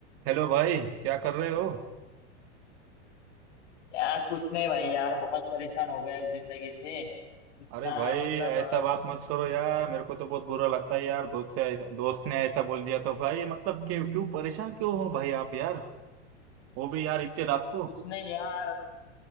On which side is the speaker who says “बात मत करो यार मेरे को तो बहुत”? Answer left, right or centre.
Right